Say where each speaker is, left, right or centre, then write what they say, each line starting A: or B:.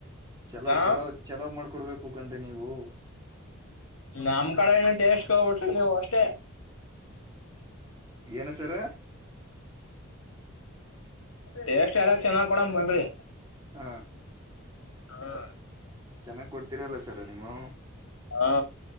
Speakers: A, on the right; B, on the left.
A: ಚಲೋ
B: ಹಾ
A: ಚಲೋ ಚಲೋ ಮಾ ಕೊಡ್ಬೇಕು ಕಂಡ್ರಿ ನೀವು.
B: ನಮ್ ಕಡೆ ಏನನ್ ಟೆಸ್ಟ್ ನೋಡ್ಬುಟ್ರೆ ನೀವ್ ಅಷ್ಟೇ.
A: ಏನ ಸರ
B: ಟೇಸ್ಟ್ ಎಲ್ಲ ಚೆನ್ನಾಗ್ ಕೊಡಮ್ ಬನ್ರೀ.
A: ಹ.
B: ಹಾ.
A: ಚೆನ್ನಾಗ್ ಕೊಡ್ತೀರಲ್ಲ ಸರ ನೀವು.
B: ಹಾ